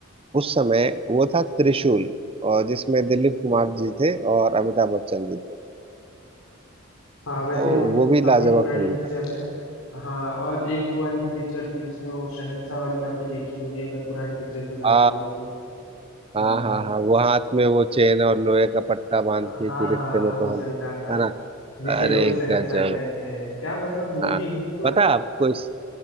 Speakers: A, on the right; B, on the left.
A: उस समय वो था त्रिशूल और जिसमें दिलीप कुमार जी थे और अमिताभ बच्चन जी थे
B: हाँ वैसे
A: तो
B: वो तो
A: वो भी
B: काफी
A: लाजवाब
B: पुरानी
A: फिल्म
B: पिक्चर
A: था
B: है हाँ और एक वो वाली भी पिक्चर थी जिसमें वो शहंशाह वाली आपने देखी होगी अगर पुरानी पिक्चर की बात
A: आ
B: करें तो
A: हाँ
B: हाँ
A: हाँ हाँ वो हाथ में वो चेन और लोहे का पट्टा बांध
B: हाँ
A: के
B: हाँ
A: कि रिश्ते
B: हाँ
A: में
B: वो
A: तो
B: जो चलता
A: हम
B: था
A: है ना
B: जिसे
A: अरे
B: लोग शहंशाह
A: गजब
B: कहते हैं क्या मतलब मूवी
A: हाँ
B: हो तो
A: पता है आपको इस